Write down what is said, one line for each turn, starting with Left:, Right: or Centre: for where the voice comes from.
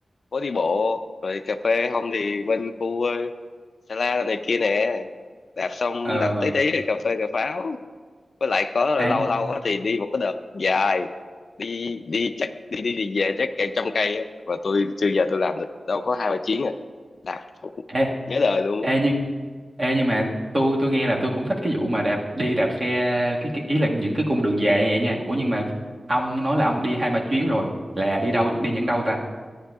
Left: phố đi bộ rồi cà phê không thì bên khu ờ, Sa La này kia nè đạp xong
Right: ờ
Left: đạp tí tí rồi cà phê cà pháo với lại có lâu
Right: ê,
Left: lâu á thì đi một cái đợt dài đi đi chắc đi đi đi về chắc cả trăm cây á và tôi chưa giờ tôi làm được đâu có hai ba chuyến à làm cũng
Right: ê,
Left: nhớ đời luôn
Right: ê
Left: á.
Right: nhưng ê nhưng mà tôi tôi nghe là tôi cũng thích cái vụ mà đạp đi đạp xe cái, cái ý là những cái cung đường dài như vậy nha ủa nhưng mà ông nói là ông đi hai ba chuyến rồi là đi đâu đi những đâu ta